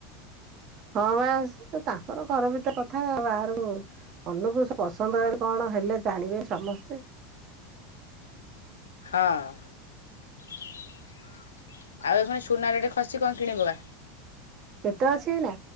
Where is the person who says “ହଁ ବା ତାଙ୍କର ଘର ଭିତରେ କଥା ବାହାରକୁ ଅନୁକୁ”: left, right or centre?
Right